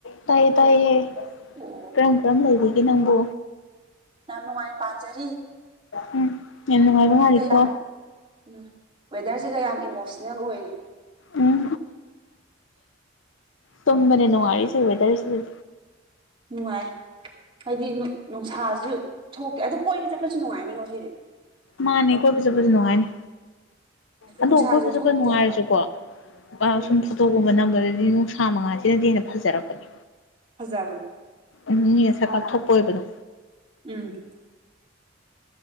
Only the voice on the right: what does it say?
ꯑꯣ
ꯌꯥꯝꯅꯨꯡꯉꯥꯏ ꯄꯥꯟꯖꯥꯅꯤ
ꯌꯥꯝ ꯎꯝ ꯋꯦꯗꯔꯁꯤꯒ ꯌꯥꯝ ꯏꯃꯣꯁꯅꯦꯜ ꯑꯣꯏꯔꯤ
ꯅꯨꯡꯉꯥꯏ ꯍꯥꯏꯗꯤ ꯅꯨꯡꯁꯥꯁꯨ ꯊꯣꯛꯇꯦ ꯑꯗꯨ ꯀꯣꯏꯅ ꯆꯠꯄꯁꯨ ꯅꯨꯡꯉꯥꯏꯅꯤꯉꯣ ꯍꯧꯖꯤꯛꯁꯦ
ꯅꯨꯡꯁꯥꯁꯨ
ꯊꯣꯛꯇꯦ
ꯍꯥꯏꯕ ꯎꯝ
ꯐꯖꯕꯅꯤ
ꯎꯝ